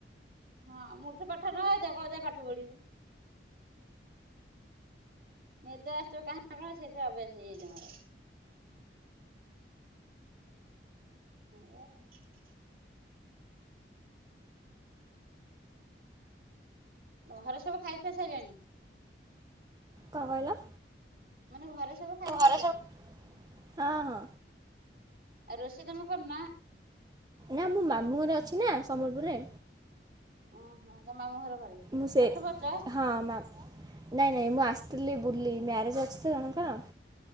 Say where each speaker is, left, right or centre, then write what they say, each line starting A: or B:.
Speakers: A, on the right (about 55°); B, on the right (about 20°).
A: ହଁ ମୁଲୁଠୁ ପାଠ ନ ଆଇଥାଉ କହିବ ଯା ପାଠ ପଢିବୁ। <unintelligible> ଆସୁଥିବ କାହା କଣ ସେଇଥିରେ ଅଭ୍ୟାସ ହେଇଯାଇଛି ମୋର। <unintelligible> ଘରେ ସବୁ ଖାଇ ଖୁଆ ସାରିଲେଣି?
B: କଣ କହିଲ?
A: ମାନେ ଘରେ ସବୁ ଖାଇ
B: ଘରେ
A: ସାରିଲେଣି
B: ସବୁ ହଁ ହଁ।
A: ଆଉ ରୋଷେଇ ତମେ କରୁନ?
B: ନା ମୁଁ ମାମୁଁ ଘରେ ରେ ଅଛି ନା ସମ୍ବଲପୁରରେ।
A: ଓହୋ ତମ ମାମୁଁ ଘର ଘରେ।
B: ମୁ ସେଇ
A: ପାଠ ପଢୁଛ
B: ହଁ ମା ନାଇଁ ନାଇଁ ମୁଁ ଆସିଥିଲି ବୁଲି ମ୍ୟାରେଜ୍ ଅଛି ତ ଜଣକ ର।